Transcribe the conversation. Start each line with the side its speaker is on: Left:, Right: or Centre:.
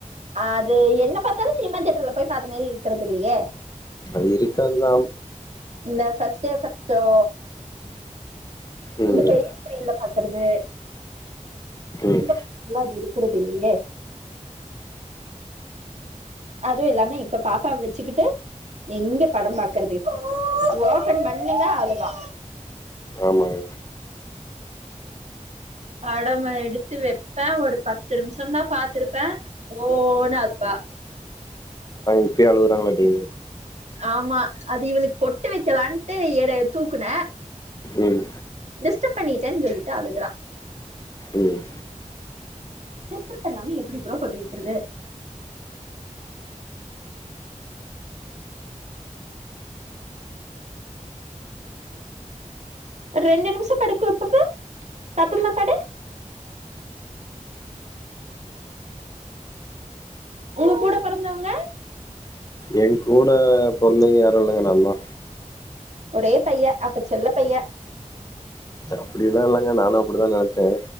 Right: அது என்ன பாத்தாலு சினிமா தேயட்டர்ல போய் பார்த்த மாதாரி இருக்கிறது இல்லையே
Left: அது இருக்காதுதா
Right: இந்த ஃபர்ஸ்ட் டே ஃபர்ஸ்ட் ஷோ
Left: ம்
Right: இந்த பெரிய ஸ்க்ரீன்ல பாக்குறது
Left: ம்
Right: அது எல்லா இருக்கிறது இல்லையே அதுவு இல்லாமே இப்ப பாப்பாவ வச்சுக்கிட்டு எங்க படம் பாக்குறது ஓபன் பண்ணுங்க அளுவா
Left: ஆமாங்க
Right: படம் எடுத்து வைப்பே ஒரு பத்து நிமிஷம் தா பா்த்திருப்பே ஓ நு அலுவா
Left: இப்பயு அலுவுறங்காடே
Right: ஆமா அது இவளுக்கு பொட்டு வைக்கலாம்ட்டு தூக்குன
Left: ம்
Right: டிஸ்டர்ப் பண்ணிட்டேன்னு சொல்லிட்டு அழுகுறா
Left: ம்
Right: டிஸ்டர்ப் பண்ணாம எப்படி ப்ரோ பொட்டு வைக்கிறது ரெண்டு நிமிஷம் படுக்க வைப்பப் பாபம்மா படு உங்க கூட பிறந்தவங்க
Left: என் கூட பொறந்தவங்க யாரு இல்ங்க நா தா
Right: ஓர்ரே பைய அப்ப செல்ல பைய
Left: அப்படி எல்லா இல்லங்க நானு அப்படிதா நினைச்சே